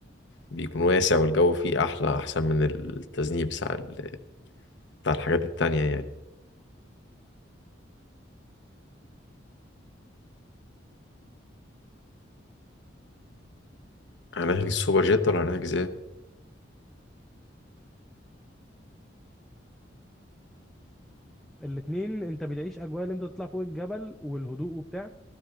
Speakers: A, on the left; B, in the centre.
A: بيكون واسع والجو فيه أحلى أحسن من التذنيب بتاع ال- بتاع الحاجات التانية يعني هنحجز سوبر جيت ولا هنحجز ايه؟
B: الاتنين انت بتعيش اجواء اللي انت تطلع فوق الجبل والهدوء وبتاع